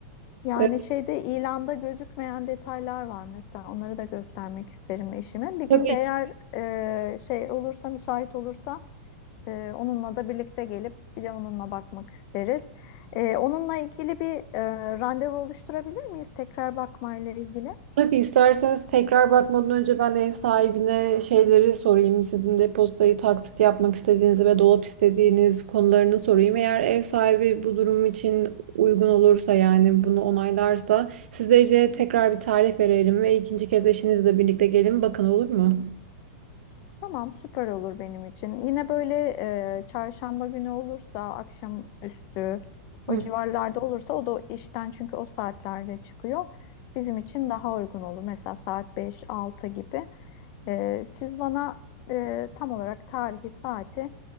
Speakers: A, on the left; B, on the right.
A: Yani
B: Ee,
A: şeyde ilanda gözükmeyen detaylar var mesela. Onları da göstermek isterim eşime. Bir
B: tabii
A: gün de eğer e, şey olursa, müsait olursa e, onunla da birlikte gelip bir de onunla bakmak isteriz. E, onunla ilgili bir e, randevu oluşturabilir miyiz? Tekrar bakmayla ilgili.
B: Tabii isterseniz tekrar bakmadan önce ben ev sahibine şeyleri sorayım. Sizin depozitayı taksit yapmak istediğiniz ve dolap istediğiniz konularını sorayım. Eğer ev sahibi bu durum için uygun olursa yani bunu onaylarsa sizlere tekrar bir tarih verelim ve ikinci kez eşinizle birlikte gelin. Bakın olur mu?
A: Tamam, süper olur benim için. Yine böyle e, çarşamba günü olursa, akşam üstü o
B: Hı,
A: civarlarda olursa o da işten çünkü o saatlerde çıkıyor. Bizim için daha uygun olur. Mesela saat beş altı gibi. E, siz bana e, tam olarak tarihi, saati